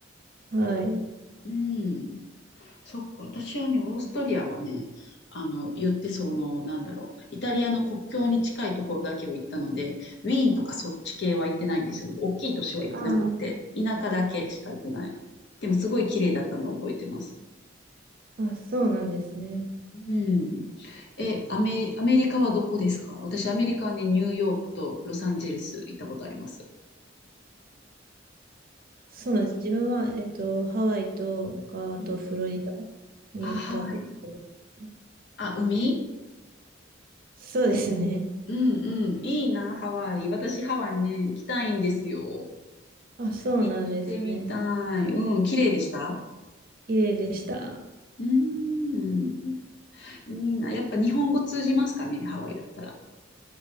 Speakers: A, on the right (about 50°); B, on the left (about 60°).
A: はい。
B: うん。そっか、私はね、オーストリアはね、あの、言ってその、なんだろう、イタリアの国境に近いところだけを行ったので、ウィーンとかそっち系は行ってないんですよね。大きい都市は行ってなくって、
A: あ
B: 田舎だけしか行ってない。でも、すごい綺麗だったのを覚えてます。
A: あ、あ、そうなんですね。
B: うん。え、アメ、アメリカはどこですか私、アメリカはね、ニューヨークとロサンゼルス行ったことあります。
A: そうなんです。自分は、えっと、ハワイとか、
B: うん。
A: あとフロリダに行ったことですね
B: あ、ハワイ。あ、海
A: そうですね。
B: うんうん。いいな、ハワイ。私、ハワイね、行きたいんですよ。
A: あ、そうなんですね。
B: 行ってみたい。うん、綺麗でした
A: 綺麗でした。
B: うーん、いいな。やっぱ日本語通じますかね、ハワイだったら。